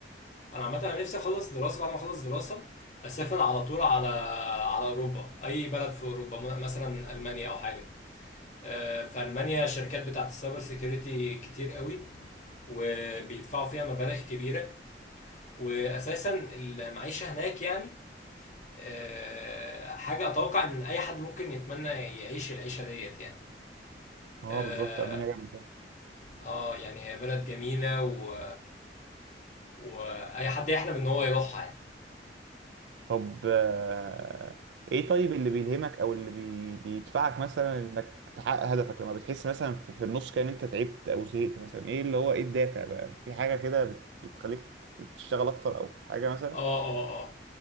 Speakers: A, on the left; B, on the right.
A: انا عامة انا نفسي اخلص دراسة بعد ما اخلص دراسة اسافر على طول على على اوروبا اي بلد في اوروبا م- مثلا المانيا او حاجة آه، في المانيا الشركات بتاعت السايبر سيكيورتي كتير قوي وبيدفعوا فيها مبالغ كبيرة واساسا المعيشة هناك يعني آه، حاجة أتوقع إن أي حد ممكن يتمنى يعيش العيشة ديت يعني
B: اه
A: آه
B: بالظبط المانيا جامده
A: آه، يعني هي بلد جميلة و... وأي حد يحلم إن هو يروحها يعني
B: طب آه، ايه طيب اللي بيلهمك او اللي بي... بيدفعك مثلا انك تحقق هدفك لما بتحس مثلا في, في النص كده ان انت تعبت او زهقت مثلا ايه اللي هو ايه الدافع بقى في حاجه كده بت... بتخليك تشتغل اكتر او حاجه مثلا
A: آه آه آه